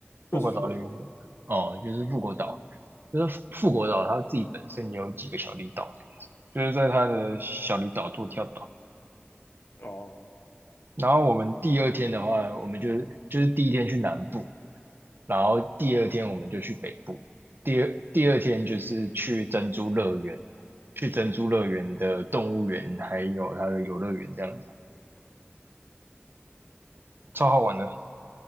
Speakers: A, on the right (about 55°); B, on the left (about 70°).
A: 复活岛里面的哦，
B: 就是富国岛里。
A: 就是复活岛，就是复活岛它自己本身也有几个小离岛，就是在它的小离岛做跳岛。
B: 哦，
A: 然后我们第二天的话，我们就是就是第一天去南部，然后第二天我们就去北部，第二第二天就是去珍珠乐园，去珍珠乐园的动物园还有它的游乐园这样子，超好玩的。